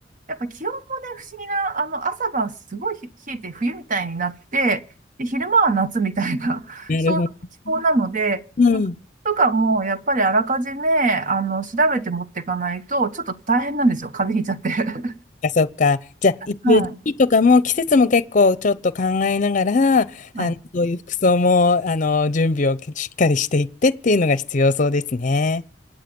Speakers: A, on the right (about 45°); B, on the left (about 45°).
A: やっぱ気温もね、不思議な、あの、朝晩すごい冷えて冬みたいになって、で、昼間は夏みたいな、<laughs>
B: なるほど。
A: そういう気候なので、
B: うん。
A: 服とかもやっぱりあらかじめ、あの、調べて持っていかないと、ちょっと大変なんですよ。風邪ひいちゃって。<laughs>
B: あ、そっか。じゃあ、行く時期とかも、
A: はい。
B: 季節も結構ちょっと考えながら、あの、
A: はい。
B: そういう服装も、あの、準備をしっかりしていってっていうのが必要そうですね。